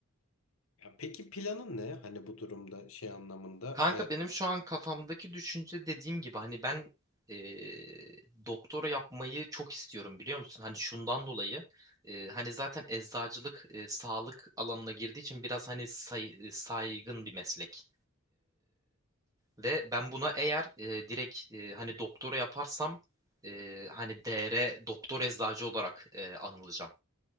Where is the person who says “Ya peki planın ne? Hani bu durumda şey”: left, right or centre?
Left